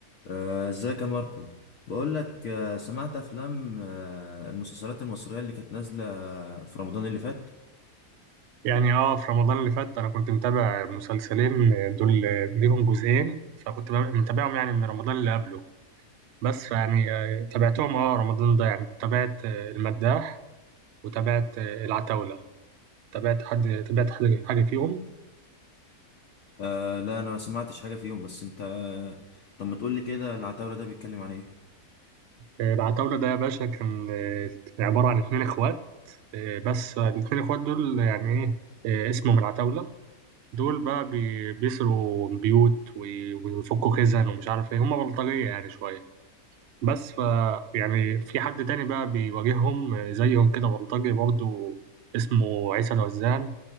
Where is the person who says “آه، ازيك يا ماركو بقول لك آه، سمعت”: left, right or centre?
Left